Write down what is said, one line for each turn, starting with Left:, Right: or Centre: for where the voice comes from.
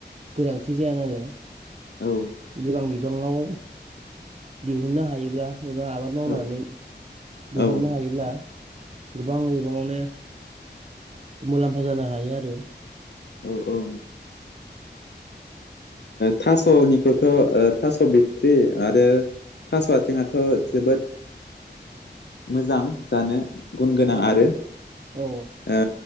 Right: गोनांथि जाया नालाय।
Left: औ।
Right: गोरां बिफाङाव दिहुननो हायोब्ला एबा आबाद मावनानै
Left: औ
Right: दिहुननो
Left: औ
Right: हायोब्ला गोबां बिबाङावनो मुलाम्फा जानो हायो आरो।
Left: औ औ। थास'निखौथ' ओ थास' बिथट्रि आरो थास' आथिंआथ' जोबोद मोजां जानो। गुन गोनां
Right: औ
Left: आरो
Right: औ
Left: ओ